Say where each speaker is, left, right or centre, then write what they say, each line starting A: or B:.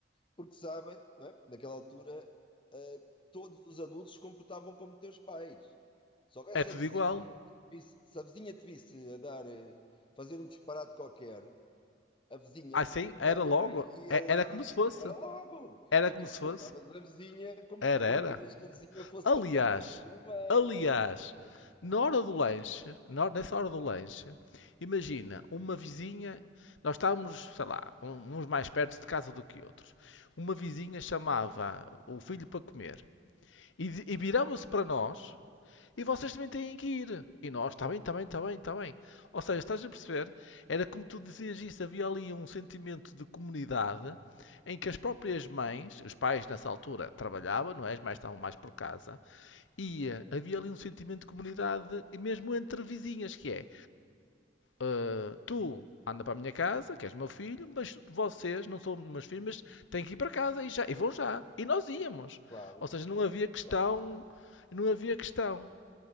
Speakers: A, on the left; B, on the left.
A: porque sabem, não é? Porque naquela altura, ah, todos os adultos se comportavam como teus pais. Se houvesse
B: É tudo
A: a vizinha
B: igual.
A: que te visse, se a vizinha te visse a dar, eh, fazer um disparate qualquer, a vizinha
B: Assim, era
A: não é tão
B: logo.
A: bem, ia
B: É-
A: lá,
B: Era como se fosse.
A: era logo.
B: Era
A: E
B: como
A: tu
B: se
A: respeitavas
B: fosse.
A: a vizinha como
B: Era,
A: se não
B: era.
A: querias que a vizinha fosse
B: Aliás,
A: <laughs> contar à tua mãe,
B: aliás,
A: estás a perceber?
B: na hora do lanche, na hora- nessa hora do lanche, imagina, uma vizinha. Nós estávamos, sei lá, um- uns mais perto de casa do que outros. Uma vizinha chamava o filho para comer e, di- e virava-se para nós E vocês também têm que ir. E nós, está bem, está bem, está bem, está bem. Ou seja, estás a perceber? Era como tu dizias isso, havia ali um sentimento de comunidade em que as próprias mães, os pais nessa altura trabalhavam, não é? As mães estavam mais por casa, e eh, havia ali um sentimento de comunidade, e mesmo entre vizinhas, que é eh, tu anda para a minha casa, que és meu filho, mas vocês não são meus filhos, mas têm que ir para casa e já, e vão já. E nós íamos.
A: Claro,
B: Ou seja, não havia questão,
A: claro.
B: não havia questão.